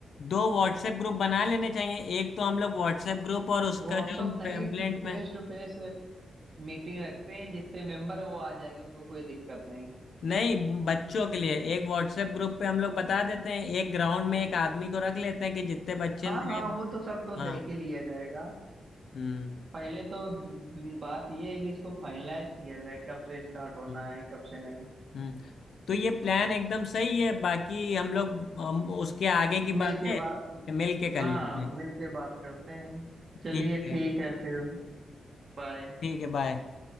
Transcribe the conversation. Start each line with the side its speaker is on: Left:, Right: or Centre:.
Left: दो व्हाट्सएप ग्रुप बना लेने चाहिए एक तो हम लोग व्हाट्सएप ग्रुप और उसका
Right: व्हाट्सअप
Left: जो
Right: नहीं
Left: पैम्पलेट
Right: फिर फेस
Left: में
Right: टू फेस मीटिंग रखते हैं जितने मेंबर है वो आ जाएंगे उनको कोई दिक्कत नहीं
Left: नहीं बच्चों के लिए एक व्हाट्सएप ग्रुप पे हम लोग बता देते हैं एक ग्राउंड में एक आदमी को रख लेते हैं कि जितने बच्चे
Right: हाँ
Left: नए
Right: हाँ वो तो सब तो
Left: हाँ
Right: देख ही लिया जाएगा
Left: हम्म
Right: पहले तो द- द- बात ये है कि इसको फाइनलाइज किया जाए कब से स्टार्ट होना
Left: हम्म
Right: है कब से नहीं
Left: हम्म। तो ये प्लान एकदम सही है बाकी हम लोग हम उसके आगे की
Right: मिल
Left: बातें
Right: के बात
Left: मिल के
Right: हाँ
Left: कर लेते हैं
Right: मिल के बात करते हैं चलिए
Left: ठीक है
Right: ठीक है फिर बाय
Left: ठीक है बाय